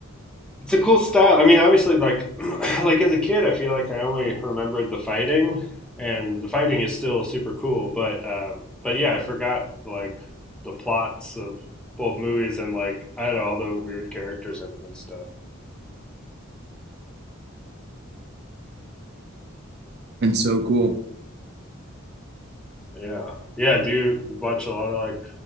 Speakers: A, in the centre; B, on the right.
A: it's a cool style. I mean, obviously, like <clears throat> like as a kid, I feel like I only remembered the fighting, and the fighting is still super cool. But um, but yeah, I forgot like the plots of both movies and like I don't know all the weird characters in them and stuff.
B: And so cool.
A: Yeah. Yeah. Do you watch a lot of like